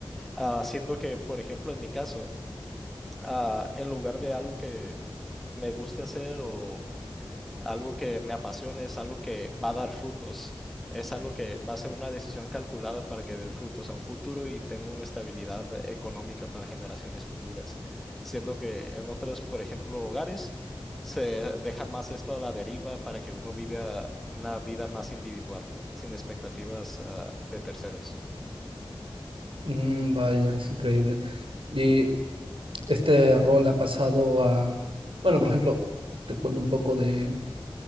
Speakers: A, in the centre; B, on the right.
A: haciendo siendo que, por ejemplo, en mi caso, ah, en lugar de algo que me guste hacer o algo que me apasione es algo que va a dar frutos. Es algo que va a ser una decisión calculada para que dé frutos a un futuro y tenga una estabilidad económica para generaciones futuras. Siendo que en otros, por ejemplo, hogares, se deja más esto a la deriva para que uno viva una vida más individual, sin expectativas, ah, de terceros.
B: Mm, vaya, es increíble. Y Este rol ha pasado a, bueno, por ejemplo, te cuento un poco de,